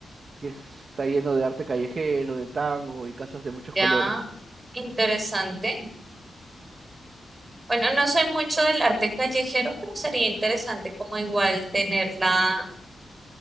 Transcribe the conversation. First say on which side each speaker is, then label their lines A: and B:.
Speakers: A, on the right; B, on the right.
A: que es- está lleno de arte callejero, de tango y casas de muchos
B: Ya,
A: colores.
B: interesante. Bueno, no soy mucho del arte callejero, pero sería interesante como igual tener la,